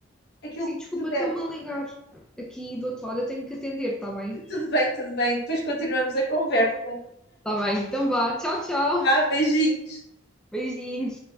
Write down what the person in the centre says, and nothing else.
sim, desculpa,
estão-me a ligar aqui do outro lado. Eu tenho que atender, está bem?
Está bem. Então vá. Tchau, tchau.
Beijinho.